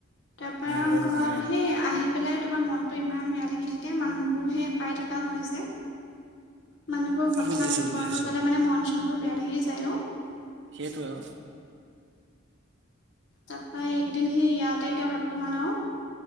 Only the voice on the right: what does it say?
অ অ অ
অ
বুজিছো
বুজিছো
সেইটোৱে আৰু।